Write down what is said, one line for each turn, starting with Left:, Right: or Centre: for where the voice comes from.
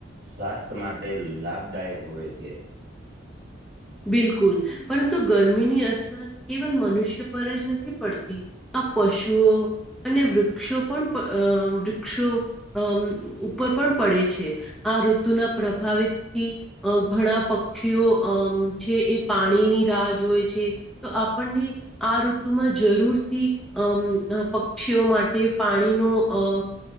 Right: સ્વાસ્થ માટે લાભદાયક હોય છે.
Centre: બિલકુલ પરંતુ ગરમીની અસર કેવલ મનુષ્ય પર જ નથી પડતી આ પશુઓ અને વૃક્ષો પણ અ વૃક્ષો અમ ઉપર પણ પડે છે. આ ઋતુના પ્રભાવિતથી અ ઘણાં પક્ષીઓ અમ છે એ પાણીની રાહ જોવે છે તો આપણને આ ઋતુમાં જરૂરથી અમ દ પક્ષીઓ માટે પાણીનો અ